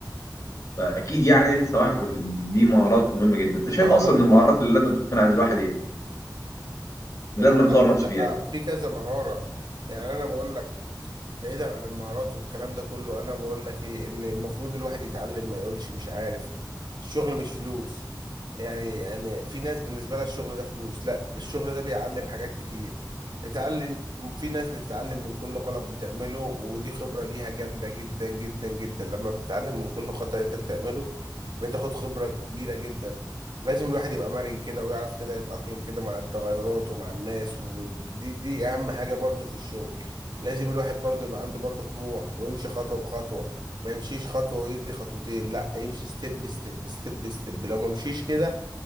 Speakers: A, on the left; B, on the right.
A: فاكيد يعني صباح الفل دي مهارات مهمه جدا انت
B: دي
A: شايف
B: مهارات
A: اصلا ان المهارات اللي لازم تكون عند الواحد ايه اللي
B: المهارات
A: لازم يطور نفسه
B: لا
A: فيها
B: في كذا مهارة يعني انا بقول لك بعيدا عن المهارات والكلام ده كله انا بقول لك ايه ان المفروض الواحد يتعلم ما يقولش مش عارف الشغل مش فلوس يعني انا في ناس بالنسبه لها الشغل ده فلوس لا الشغل ده بيعلم حاجات كتير اتعلم في ناس بتتعلم من كل غلط بتعمله ودي خبره ليها جامده جدا جدا جدا لما بتتعلم من كل خطأ انت بتعمله بتاخد خبره كبيره جدا لازم الواحد يبقى مرن كده ويعرف كده يتأقلم كده مع التغيرات ومع الناس ودي دي اهم حاجه برضو في الشغل لازم الواحد برضه يبقى عنده برضه طموح ويمشي خطوة بخطوة ما يمشيش خطوة ويدي خطوتين لا يمشي ستيب ستيب ستيب ستيب لو ما مشيش كده